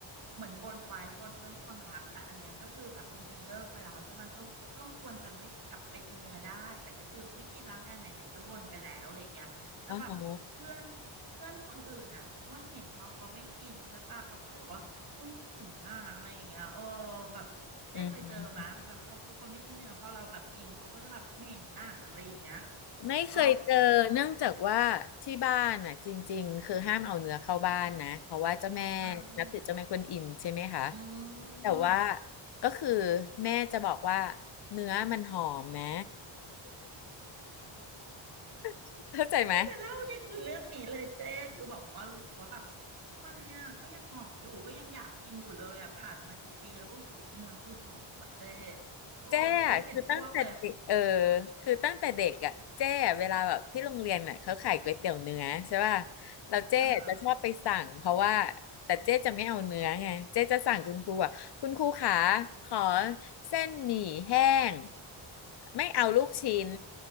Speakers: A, on the right; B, on the left.
A: เหมือนบนไว้บนเรื่องความรักแต่อันเนี้ยก็คือแบบจริงๆเลิกไปแล้วใช่ไหมก็ก็ควรจะไม่กลับไปกินเนื้อได้แต่ก็คือไม่กินล้างแอร์ไหนๆก็บ่นไปแล้วอะไรอย่างเงี้ยแต่แบบเพื่อนเพื่อนคนอื่นอ่ะอ้วนเห็นพอเขาไม่กินใช่ปะเขาก็จะบอกว่าอุ้ยเหม็นน่ะอะไรอย่างเงี้ยเออ
B: อ่าฮะ
A: แบบเจ๊เคยเจอมาแบบเขาพอคนไม่กินเนื้อพอเราแบบกินเขาก็จะแบบเหม็นน่ะอะไรอย่างเงี้ย
B: อืม ไม่เคยเจอเนื่องจากว่าที่บ้านน่ะจริงๆคือห้ามเอาเนื้อเข้าบ้านนะเพราะว่าเจ้าแม่
A: เออ อ่า
B: นับถือเจ้าแม่กวนอิมใช่ไหมคะ
A: อื
B: แต่ว่า
A: ม
B: ก็คือแม่จะบอกว่าเนื้อมันหอมนะ <laughs> เข้าใจไหม
A: ที่จะเล่าเนี่ยคือเรื่องนี้เลยเจ้คือบอกว่ารู้สึกว่าแบบทำไมอ่ะก็ยังหอมอยู่ก็ยังอยากกินอยู่เลยอ่ะผ่านมากี่ปีแล้วก็รู้สึกว่าเนื้อคือหอมอ่ะเจ้โอ้ไม่เห็นอ้วกเลย
B: แจ้คือตั้งแต่เด็กเออคือตั้งแต่เด็กอ่ะแจ้เวลาแบบที่โรงเรียนน่ะเขาขายก๋วยเตี๋ยวเนื้อใช่ป่ะแล้วเจ้จะชอบไปสั่งเพราะว่า
A: อ่า
B: แต่เจ้จะไม่เอาเนื้อไงเจ้จะสั่งคุณครูอ่ะคุณครูขาขอเส้นหมี่แห้งไม่เอาลูกชิ้น